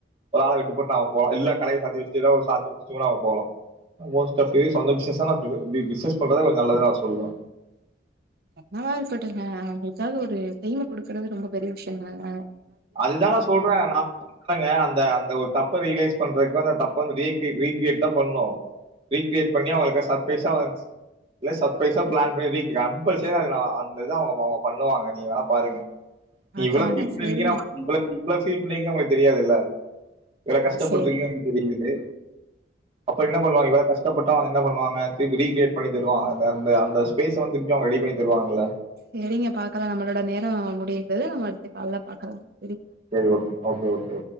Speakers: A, on the right; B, on the right.
A: ஒரு ஆள விட்டுபுட் நம்ம போலா இல்ல கடய சாத்தி வெச்சிட்டு ஏதோ ஒரு சாக் வெச்சிடோ நாம போலா மோஸ்ட் ஆஃப் க்ரீஸ் அந்த பிஸ்னஸ் ந பி பிஸ்னஸ் பண்றத நல்லத் நா சொல்வ
B: என்னாவா இருக்கட்டுங்க அவ்ங்ளுக்காக ஒரு பெயின குடுக்றது ரொம்ப பெரிய விஷ்யம் தாங்க
A: அதுதாங்க சொல்றே நா <inaudible> க அந்த அந்த ஒரு தப்ப ரிய்லைஸ் பண்றதுக்கு நா தப்பா ரீக் ரீக்ரியேட் தா பண்ணோ ரீக்ரியட் பண்ணி அவங்ளுக் சர்ப்ரைஸா வந் இல்லே சர்ப்ரைஸா பிளான் பண்ணி ரீ கம்பல்சரி அதுல அந்த இது அவங்க அவங்க பண்ணுவாங்க நீங்க வேணா பாருங்க
B: பாக்கலாங்க
A: இவ்ளக்கு இப்
B: சேரிங்க
A: <unintelligible> ல்லா ஃபீல் பண்ணிக்லாம் அவ்ங்ளுக் தெரியாதுல்ல எவ்ளோ கஷ்டப்பட்ருக்கேன்
B: சேரி
A: புரிந்தது அப்ரோ என்ன பண்வாங்க இவ்வளவு கஷ்டப்பட்டா அவ்ங்க என்ன பண்வாங்க திருப்பி ரீக்ரியேட் பண்ணி தருவாங்க அந்த அந்த அந்த ஸ்பேஸ்ஸ வந்து திருப்பி அவுங்க ரெடி பண்ணி தருவாங்கல்ல
B: செரிங்க பாக்லாம் நம்ளோட நேரம் முடியுது து நம்ம அடுத்து கால்ல பாக்லாம்
A: செரி ஓகே ஓக்கே ஓக்கே